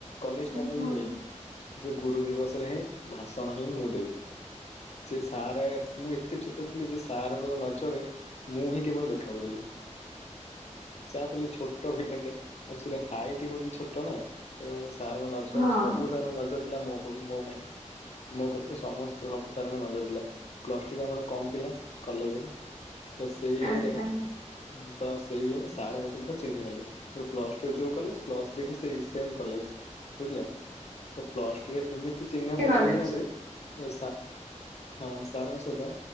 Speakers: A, on the left; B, on the right.
A: କଲେଜ
B: ହଁ
A: ଟାଇମ୍ରେ
B: ହଁ
A: ବି ହୁଏ ସେ ଗୁରୁ ଦିବସରେ ହିଁ ଭାସ। ତଣ ହିଁ ମୁଁ ଦେବି ଯେ ସାର୍ ମୁଁ ଏତେ ଛୋଟ ଥିଲି ଯେ ସାର୍ଙ୍କ ନଜରରେ। ମୁଁ ହିଁ କେବଳ ଦେଖାଉଥିଲି। ଚା ପିଲଲେ ଛୋଟ ପିଲାଟେଚୁ ହାଇଟ ହଉଛି ଛୋଟ ନା ତ। ସାର୍ଙ୍କ ନଜର
B: ହଁ
A: ସବୁ ସାର୍ଙ୍କ ନଜର ଥିଲା ମୋ ଉପ ମୋ ପାଇଁ। ମୋ କଥିାରେ ସମସ୍ତେ ସବୁ ସାର୍ଙ୍କ ନଜର ଥିଲା ପ୍ଲସ୍ ଟୁ ବି ଆମର କମ୍ ପିଲା କଲେଜରେ । ତ ସେଇ ଇଏରେ।
B: ଆଚ୍ଛା
A: ତ ସେଇ ଇରେ ସାର୍ ମତେ ପୁରା ଚିହ୍ନି ଗଲେୋର ପ୍ଲସ ଟୁ ଯୋଉ କଲେ ପ୍ଲସ୍ ଥ୍ରୀ ସେ ସେ କଲେଜ । ବୁଝିଲ ତ ପ୍ଲସ ଟୁରେ ଏମିତି ଚିହ୍ନା ପର୍ଷ
B: କଲେଜ
A: ହେଲା ଯେ। ହଁ ସାରଙ୍କ ସହିତ